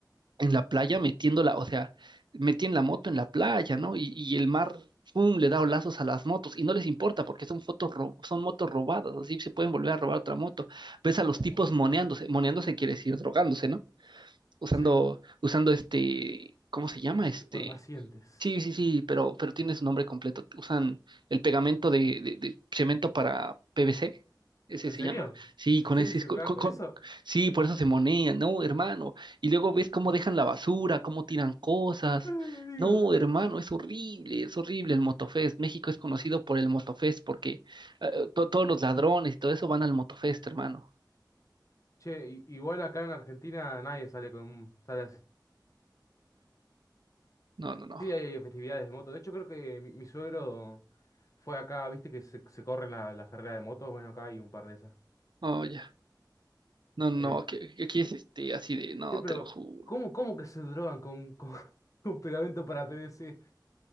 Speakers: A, on the right (about 75°); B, on the left (about 45°).
A: en la playa metiéndola, o sea, metían la moto en la playa, ¿no? Y, y el mar, ¡pum!, le da lazos a las motos y no les importa porque son fotos ro- son motos robadas, así se pueden volver a robar otra moto. Ves
B: no,
A: a los tipos
B: amigo.
A: moneándose, moneándose quiere decir drogándose, ¿no? Usando,
B: Sí,
A: usando este, ¿cómo se llama?
B: estupefacientes.
A: Este, Sí, sí, sí, pero, pero tiene su nombre completo. Usan el pegamento de, de- de cemento para PVC, ese
B: ¿En
A: se
B: serio?
A: llama. Sí,
B: <laughs>
A: con
B: ¿En serio
A: ese
B: se
A: es co-
B: drogan
A: co-
B: con
A: co-
B: eso?
A: sí, por eso se monean, no, hermano. Y luego ves cómo dejan la basura, cómo tiran cosas.
B: Ay, amigo.
A: No, hermano, es horrible, es horrible el Motofest. México es conocido por el Motofest porque eh, to- todos los ladrones y todo eso van al Motofest, hermano.
B: Che, i- igual acá en Argentina nadie sale con sale así.
A: No, no, no.
B: Sí, hay festividades de moto. De hecho, creo que mi, mi suegro fue acá, viste que se, se corren la- las carreras de motos. Bueno, acá hay un par de esas.
A: Oh, ya. No, no,
B: Eh,
A: aquí, aquí es este, así de, no,
B: che, pero
A: te lo juro.
B: ¿cómo, cómo que se drogan con, con, <laughs> con pegamento para PVC?